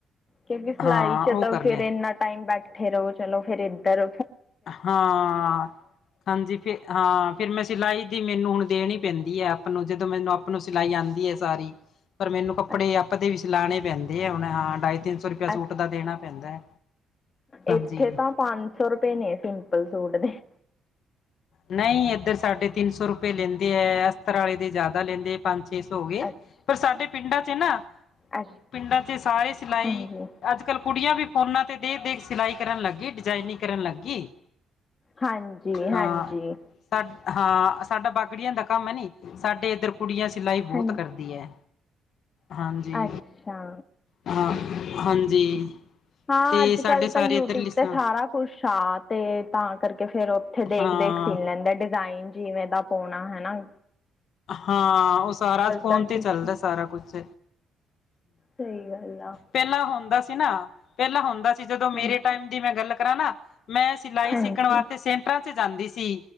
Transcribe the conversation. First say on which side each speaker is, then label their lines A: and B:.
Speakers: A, on the left; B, on the left.
A: ਕਿਉਂਕਿ ਸਿਲਾਈ
B: ਹਾਂ
A: ਚ
B: ਉਹ
A: ਤਾਂ
B: ਕਰ
A: ਫੇਰ
B: ਲਿਆ
A: ਇੰਨਾ ਟਾਈਮ ਬੈਠੇ ਰਹੋ ਚਲੋ ਫੇਰ ਏਧਰ
B: ਹਾਂ ਹਾਂਜੀ ਫੇਰ ਹਾਂ ਫਿਰ ਮੈਂ ਸਿਲਾਈ ਦੀ ਮੈਨੂੰ ਹੁਣ ਦੇਣੀ ਪੈਂਦੀ ਐ ਆਪਣੋ ਜਦੋਂ ਮੈਨੂੰ ਆਪਣੋ ਸਿਲਾਈ ਆਉਂਦੀ ਐ ਸਾਰੀ ਪਰ ਮੈਨੂੰ ਕੱਪੜੇ
A: ਹੈ
B: ਆਪਦੇ ਵੀ ਸਿਲਾਣੇ ਪੈਂਦੇ ਆ ਹੁਣ ਹਾਂ ਢਾਈ ਤਿੰਨ ਸੌ ਰੁਪਇਆ ਸੂਟ
A: ਅੱਛਾ
B: ਦਾ ਦੇਣਾ ਪੈਂਦਾ, ਹਾਂਜੀ
A: ਇੱਥੇ ਤਾਂ ਪੰਜ ਸੌ ਰੁਪਏ ਨੇ ਸਿੰਪਲ ਸੂਟ ਦੇ।
B: ਨਈਂ ਏਧਰ ਸਾਢੇ ਤਿੰਨ ਸੌ ਰੁਪਏ ਲੈਂਦੇ ਐ, ਅਸਤਰ ਆਲੇ ਦੇ ਜਾਦਾ ਲੈਂਦੇ। ਪੰਜ-ਛੇ ਸੌ ਹੋ ਗੇ
A: ਅੱਛਾ
B: ਪਰ ਸਾਡੇ ਪਿੰਡਾਂ ਚ ਨਾ,
A: ਅੱਛਾ
B: ਪਿੰਡਾਂ ਚ ਸਾਰੇ ਸਿਲਾਈ
A: ਹਾਂਜੀ
B: ਅੱਜ ਕੱਲ ਕੁੜੀਆਂ ਵੀ ਫੋਨਾਂ 'ਤੇ ਦੇ ਦੇਖ ਸਿਲਾਈ ਕਰਨ ਲੱਗੀ ਡਿਜਾਇਨਿੰਗ ਕਰਨ ਲੱਗੀ।
A: ਹਾਂਜੀ-ਹਾਂਜੀ।
B: ਹਾਂ ਸਾ ਹਾਂ, ਸਾਡਾ ਬਾਗੜੀਆਂ ਦਾ ਕੰਮ ਏਨੀ, ਸਾਡੇ ਏਧਰ ਕੁੜੀਆਂ ਸਿਲਾਈ ਬੋਤ
A: ਹਾਂਜੀ
B: ਕਰਦੀ ਐ, ਹਾਂਜੀ
A: ਅੱਛਾ
B: ਹਾਂ, ਹਾਂਜੀ।
A: ਹਾਂ,
B: ਤੇ
A: ਅੱਜ
B: ਸਾਡੇ
A: ਕੱਲ
B: ਸਾਰੇ
A: ਤਾਂ ਯੂਟਊਬ
B: ਇੱਧਰ ਲਿਸਾਂ
A: ਤੇ ਸਾਰਾ ਕੁਛ ਆ ਤੇ ਤਾਂ ਕਰਕੇ, ਫੇਰ ਓਥੇ ਦੇਖ-ਦੇਖ
B: ਹਾਂ
A: ਸਿਲ ਲੈਂਦਾ ਡਿਜ਼ਾਇਨ ਜਿਵੇਂ ਦਾ ਪੋਣਾ, ਹਨਾ
B: ਹਾਂ, ਓ ਸਾਰਾ ਅੱਜ ਫੋਨ
A: ਤਾਂ
B: ਤੇ
A: ਡਿਸ
B: ਚੱਲਦਾ ਸਾਰਾ ਕੁਛ
A: ਸਈ ਗੱਲ ਆ
B: ਪੈਲਾਂ ਹੁੰਦਾ ਸੀ ਨਾ, ਪੈਲਾਂ ਹੁੰਦਾ ਸੀ ਜਦੋਂ ਮੇਰੇ
A: ਹਾਂਜੀ
B: ਟਾਈਮ ਦੀ ਮੈਂ ਗੱਲ ਕਰਾਂ ਨਾ ਮੈਂ ਸਿਲਾਈ
A: ਹਾਂਜੀ
B: ਸਿੱਖਣ ਵਾਸਤੇ ਸੈਂਟਰਾਂ ਤੇ ਜਾਂਦੀ ਸੀ,